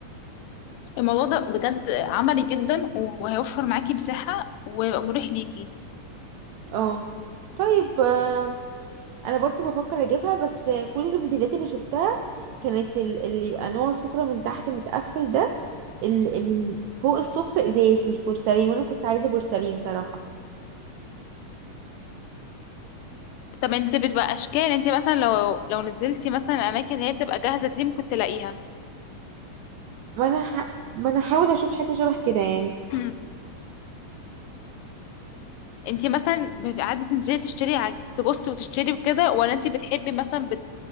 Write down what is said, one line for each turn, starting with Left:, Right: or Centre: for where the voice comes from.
Left: الموضوع ده بجد عملي جدا وهيوفر معاكي مساحه ويبقى مريح ليكي
Right: اه طيب آه انا برضه بفكر اجيبها بس كل الموديلات اللي شفتها كانت ال- اللي يبقى نوع السفرة من تحت متقفل ده ال- من فوق السفرة ازاز مش بورسلين وانا كنت عايزة بورسلين صراحة
Left: طب انت بتبقى اشكال انت مثلا لو لو نزلتي مثلا اماكن هي بتبقى جاهزه دي ممكن تلاقيها
Right: ما انا ح... ما انا هحاول اشوف حاجه شبه كده يعني
Left: <clears throat> انتي مثلا بيبقى قاعده تنزلي تشتري ع- تبصي وتشتري وكده ولا انتي بتحبي مثلا بت...